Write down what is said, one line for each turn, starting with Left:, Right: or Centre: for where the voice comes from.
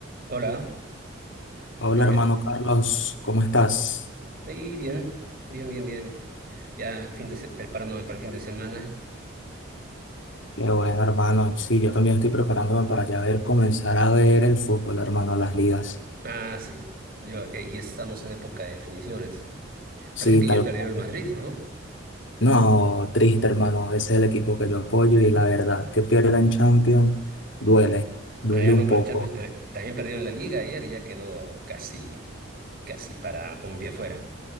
Right: Hola,
Left: Hola
Right: Ángel.
Left: hermano Carlos, ¿cómo estás?
Right: Ahí bien, bien, bien, bien. Ya fin de se- preparándome para el fin de semana.
Left: Qué bueno hermano, sí, yo también estoy preparándome para ya ver, comenzar a ver el fútbol hermano, las ligas.
Right: Ah, sí. Yo, eh, ya estamos en época de definiciones.
Left: Sí,
Right: Parece que ayer
Left: tal
Right: perdió
Left: cual.
Right: el Madrid, ¿no?
Left: No, triste hermano, ese es el equipo que yo apoyo y la verdad que pierdan Champions duele, duele
Right: Ah, ya
Left: un
Right: no, pero
Left: poco.
Right: en Champions pe- también perdió en la Liga ayer. Ya quedó casi, casi para con un pie fuera.